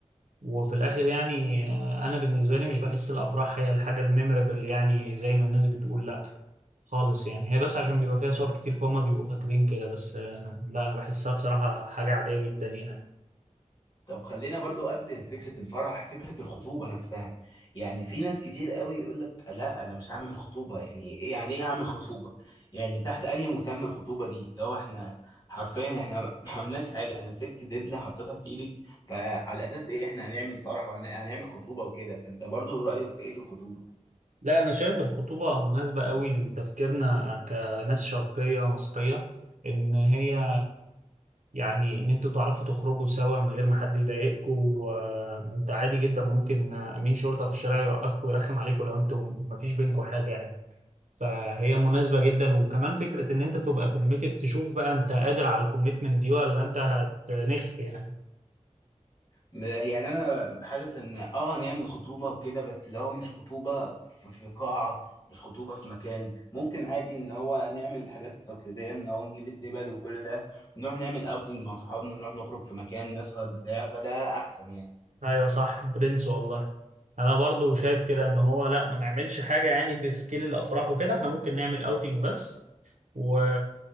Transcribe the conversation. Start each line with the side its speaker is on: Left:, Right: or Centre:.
Right: وفي الاخر يعني آه، انا بالنسبة لي مش بحس الافراح هي الحاجة الميمورable يعني زي ما الناس بتقول خالص يعني هي بس عشان بيبقى فيها صور كتير فهم بيبقوا فاكرين كده بس آه، لا انا بحسها بصراحة حاجة عادية جدا يعني
Left: طب خلينا برضو قبل فكرة الفرح فكرة الخطوبة نفسها يعني في ناس كتير قوي يقول لك لا أنا مش هعمل خطوبة يعني إيه يعني إيه أعمل خطوبة يعني تحت أنهي مسمى الخطوبة دي لو إحنا حرفيا إحنا ما <laughs> ما عملناش حاجة أنا مسكت دبلة حطيتها في إيدك فعلى أساس إيه إحنا هنعمل فرح وهنعمل خطوبة وكده فأنت برضو رأيك إيه في الخطوبة
Right: لا انا شايف الخطوبة مناسبة قوي لتفكيرنا كناس شرقية مصرية ان هي يعني ان انتوا تعرفوا تخرجوا سوا من غير ما حد يضايقكم وانت عادي جدا ممكن آه، امين شرطة في الشارع يوقفكم ويرخم عليكم لو انتوا مفيش بينكم حاجة يعني فهي مناسبة جدا وكمان فكرة ان انت تبقى كوميتد تشوف بقى انت قادر على الكوميتمنت دي ولا انت هتنخ يعني
Left: ب- يعني انا حاسس ان اه نعمل خطوبه وكده بس اللي هو مش خطوبه في في قاعه مش خطوبه في مكان ممكن عادي ان هو نعمل الحاجات التقليديه ان هو نجيب الدبل وكل ده ونروح نعمل اوتنج مع صحابنا نروح نخرج في مكان نسهر بتاع فده احسن يعني
Right: ايوه صح برنس والله انا برضو شايف كده ان هو لا ما نعملش حاجه يعني بسكيل الافراح وكده احنا ممكن نعمل اوتنج بس و...